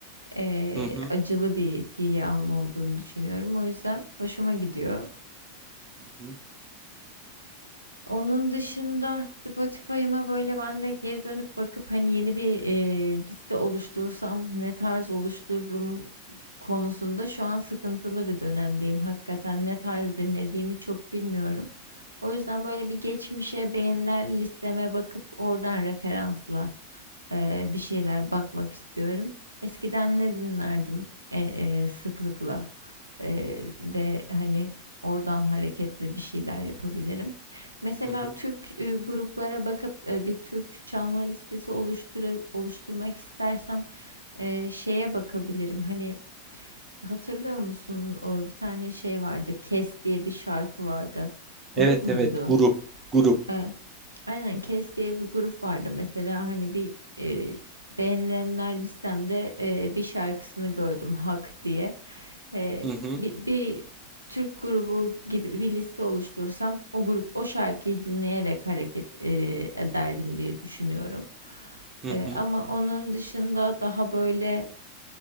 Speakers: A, on the right (about 85°); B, on the right (about 25°).
A: E,
B: Hı hı,
A: acılı bir tiye alma olduğunu düşünüyorum. O yüzden hoşuma gidiyor.
B: hı hı,
A: Onun dışında Spotify'ıma böyle ben de geri dönüp bakıp hani yeni bir eee, liste oluştursam ne tarz oluştururum konusunda şu an sıkıntılı bir dönemdeyim. Hakikaten ne tarz dinlediğimi çok bilmiyorum. O yüzden böyle bir geçmişe beğeniler listeme bakıp oradan referansla eee, bir şeyler bakmak istiyorum. Eskiden ne dinlerdim e, e, sıklıkla Eee, ve hani oradan hareketle bir şeyler yapabilirim. Mesela
B: hı hı.
A: Türk e, gruplara bakıp e, bir Türk çalma listesi oluştura, oluşturmak istersem e, şeye bakabilirim. Hani Hatırlıyor musun? O bir tane şey vardı. Kes diye bir şarkı vardı. Grup
B: Evet
A: muydu?
B: evet, grup, grup.
A: Ee, aynen Kes diye bir grup vardı. Mesela hani bir e, beğenilenler listemde e, bir şarkısını gördüm Hak diye. Ee,
B: Hı hı,
A: bir, bir Türk grubu gibi bir liste oluşturursam o grup o şarkıyı dinleyerek hareket e, ederdim diye düşünüyorum.
B: hı hı.
A: Ee, ama onun dışında daha böyle